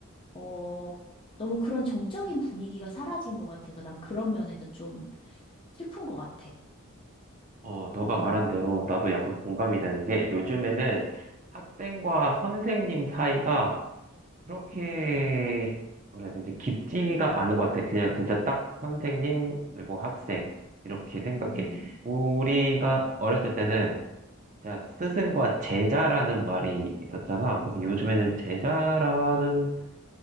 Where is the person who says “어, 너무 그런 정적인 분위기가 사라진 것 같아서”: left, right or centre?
Left